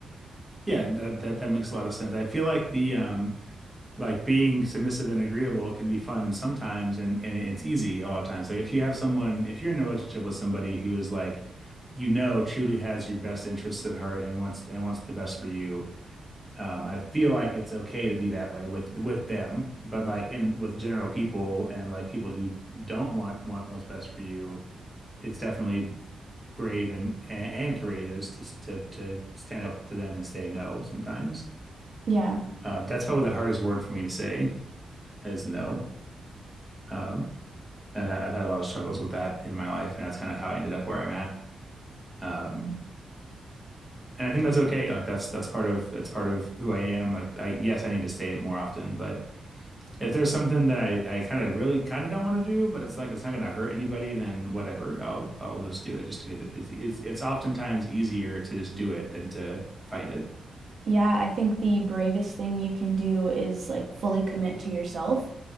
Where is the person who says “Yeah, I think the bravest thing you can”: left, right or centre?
Right